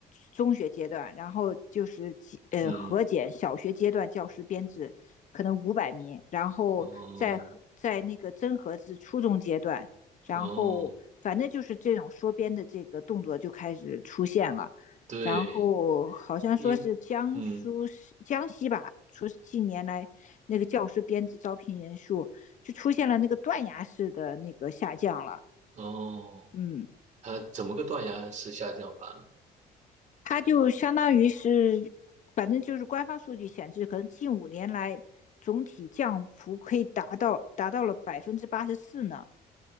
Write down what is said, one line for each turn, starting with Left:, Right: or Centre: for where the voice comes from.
Left: 中学阶段，然后就是集呃核减小学阶段教师编制可能五百名，
Right: 嗯。
Left: 然后再核在那个增核至初中阶段，
Right: 哦
Left: 然后反正就是这种缩编的这个动作就开始出现了。
Right: 哦，对，
Left: 然后好像说是江苏江西吧，
Right: 因嗯
Left: 说是近年来那个教师编制招聘人数就出现了那个断崖式的那个下降了。
Right: 哦，
Left: 嗯，
Right: 它怎么个断崖式下降法呢？
Left: 它就相当于是，反正就是官方数据显示，可能近五年来总体降幅可以达到达到了百分之八十四呢。